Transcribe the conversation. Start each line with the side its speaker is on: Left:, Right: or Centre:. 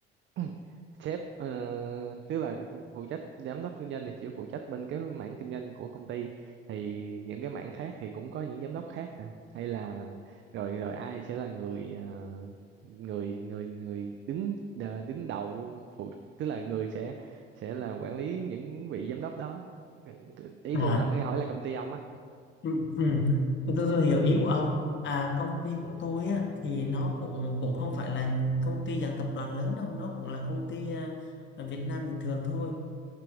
Right: <clears throat> sếp ờ, tức là phụ trách giám đốc kinh doanh thì chỉ phụ trách bên cái mảng kinh doanh của công ty thì những cái mảng khác thì cũng có những giám đốc khác hả hay là rồi rồi ai sẽ là người ờ, người người người đứng ờ, đứng đầu luôn phụ tức là người sẽ sẽ là quản lý những vị giám đốc đó Ừ, ý
Left: à
Right: tôi nói hỏi là công ty ông á
Left: ừ, ừ. Tôi, tôi hiểu ý của ông à công ty của tôi á thì nó cũng cũng không phải là công ty dạng tập đoàn lớn đâu nó cũng là công ty à, ở Việt Nam bình thường thôi